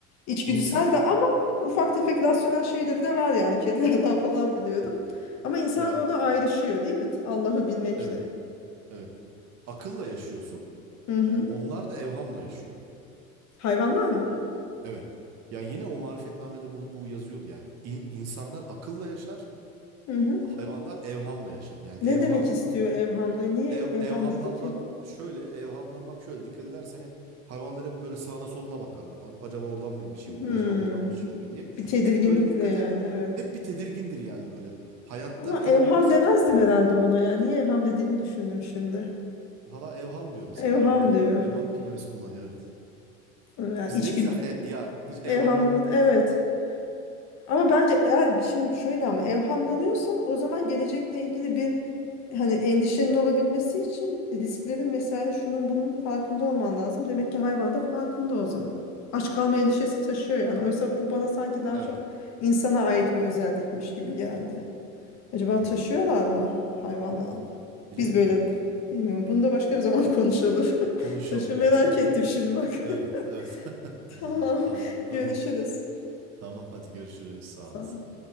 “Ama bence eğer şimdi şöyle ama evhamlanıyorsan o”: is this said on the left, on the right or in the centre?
Left